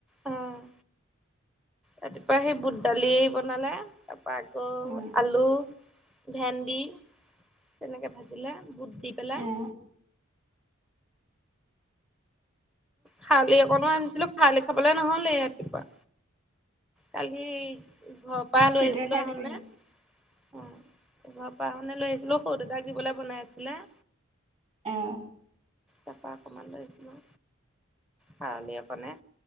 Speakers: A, in the centre; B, on the right.
A: অ', ৰাতিপুৱা সেই বুট দালি বনালে তাৰ পৰা আকৌ
B: উম,
A: আলু ভেন্দি তেনেকে ভাজিলে বুট দি পেলাই।
B: অ',
A: খাৰলি অকণো আনিছিলো খাৰলি খাবলে নহ'লে ৰাতিপুৱা। কালি ঘৰৰ পৰা লৈ
B: এতিয়া
A: আহিছিলো
B: খাই
A: আহোতে।
B: দিবি সিহঁত
A: অ', ঘৰৰ পৰা আহোতে লৈ আহিছিলো সৰু দেদাক দিবলৈ বনাইছিলে।
B: অ'।
A: তাৰাপা অকণমান লৈছিলো খাৰলি অকণনে